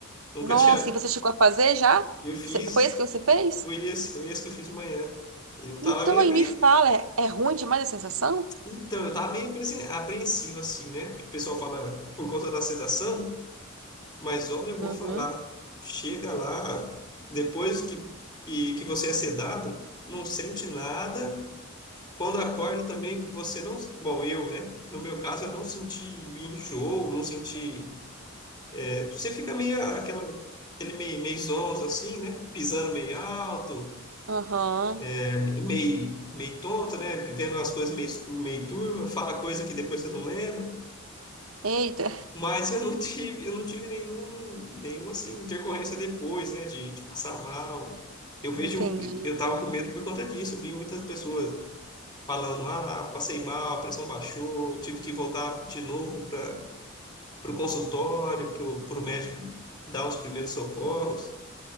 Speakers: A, on the left; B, on the right.
A: Nunca
B: Nossa,
A: <laughs> tinha.
B: e você chegou a fazer já?
A: Eu fiz,
B: Você- Foi isso que você fez?
A: foi esse, foi esse que eu fiz de manhã. Eu tava
B: Então,
A: meio
B: aí
A: apre...
B: me fala, é, é ruim demais a sensação?
A: Então, eu tava meio apresen- apreensivo, assim, né? O pessoal fala por conta da sedação, mas olha, eu
B: Uhum.
A: vou falar. Chega lá, depois que, que, que você é sedado, não sente nada. Quando acorda também, você não. Bom, eu, né? No meu caso, eu não senti enjoo, não senti. é, você fica meio aquela, aquele meio, meio zonzo, assim, né? Pisando meio alto,
B: Aham.
A: é, meio, meio tonto, né? Vendo as coisas meio, meio turva, fala coisa que depois você não lembra.
B: Eita,
A: Mas eu não tive, eu não tive nenhum, nenhum assim, intercorrência depois, né? De, de passar mal. Eu vejo,
B: entendi.
A: eu tava com medo por conta disso. Eu vi muitas pessoas falando: ah, passei mal, a pressão baixou, tive que voltar de novo para o consultório, para o médico dar os primeiros socorros.